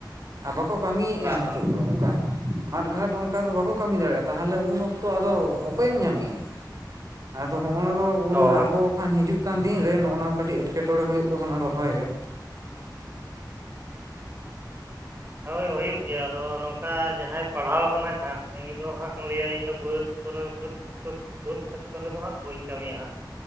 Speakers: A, on the right; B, on the right.
A: ᱟᱨ ᱵᱟᱠᱚ ᱠᱟᱹᱢᱤᱭᱮᱫᱼᱟ
B: ᱵᱟ
A: ᱱᱤᱛᱳᱜ
B: ᱵᱟ
A: ᱫᱚ ᱚᱱᱠᱟ ᱢᱟᱴᱷ ᱜᱷᱟᱴ ᱚᱱᱠᱟ ᱫᱚ ᱵᱟᱠᱚ ᱠᱟᱹᱢᱤ ᱫᱟᱲᱮᱭᱟᱜᱼᱟ ᱛᱟᱦᱚᱞᱮ ᱩᱱ ᱚᱠᱛᱚ ᱟᱫᱚ ᱚᱠᱚᱭᱮᱢ ᱧᱟᱢᱮᱭᱟ ᱟᱫᱚ ᱦᱚᱜᱼᱱᱟ ᱫᱚ ᱩᱱ
B: ᱦᱳᱭ
A: ᱟᱵᱚ ᱠᱷᱟᱱ ᱦᱤᱡᱩᱜ ᱠᱟᱱ ᱫᱤᱱᱨᱮ ᱱᱚᱜᱼᱚ ᱱᱚᱣᱟ ᱠᱟᱹᱴᱤᱡ ᱮᱴᱠᱮᱴᱚᱲᱮ ᱦᱩᱭᱩᱜ ᱛᱟᱵᱚᱱᱟ ᱨᱚᱦᱚᱭ ᱨᱮ
B: ᱚ ᱦᱳᱭ ᱦᱩᱭᱩᱜ ᱜᱮᱭᱟ ᱟᱫᱚ ᱱᱚᱝᱠᱟ ᱡᱟᱦᱟᱸᱭ ᱯᱟᱲᱦᱟᱣ ᱟᱠᱟᱱᱟᱭ ᱦᱟᱸᱜ ᱩᱱᱤ ᱫᱚ ᱦᱟᱸᱜ ᱞᱟᱹᱭᱟᱭ ᱤᱧᱫᱚ ᱵᱟᱹᱫᱽ ᱠᱚᱨᱮ ᱵᱟᱹᱫᱽ ᱵᱟᱹᱛ ᱵᱟᱹᱛ ᱠᱷᱮᱛ ᱠᱚᱨᱮᱫᱚ ᱦᱟᱸᱜ ᱵᱟᱹᱧ ᱠᱟᱹᱢᱤᱭᱟ ᱦᱟᱸᱜ